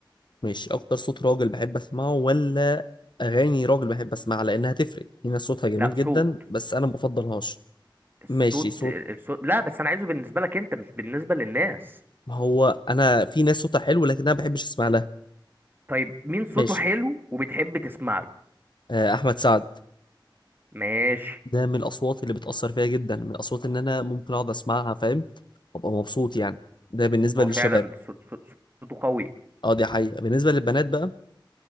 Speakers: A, on the left; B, on the right.
A: ماشي اكتر صوت راجل بحب اسمعه ولا اغاني راجل بحب اسمعها لانها تفرق في ناس صوتها جميل
B: لا صوت
A: جدا بس انا ما بفضلهاش
B: الصوت
A: ماشي صوت
B: الصوت لا بس انا عايزه بالنسبه لك انت مش بالنسبه للناس
A: ما هو انا في ناس صوتها حلو لكن انا ما بحبش اسمع لها
B: طيب مين صوته
A: ماشي
B: حلو وبتحب تسمع له
A: آه احمد سعد
B: ماشي
A: ده من الاصوات اللي بتأثر فيا جدا من الاصوات ان انا ممكن اقعد اسمعها فاهم وابقى مبسوط يعني ده بالنسبة
B: هو
A: للشباب
B: فعلا صو- صو- صوته قوي
A: اه دي حقيقة بالنسبة للبنات بقى